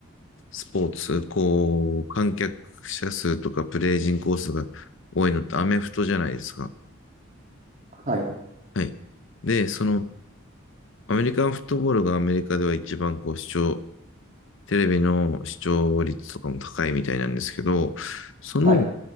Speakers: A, on the left; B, on the right.
A: スポーツ、こう、観客者数とかプレイ人口数が多いのってアメフトじゃないですか。
B: はい。
A: はい。で、その、アメリカンフットボールがアメリカでは一番こう視聴、テレビの視聴率とかも高いみたいなんですけど、その、
B: はい。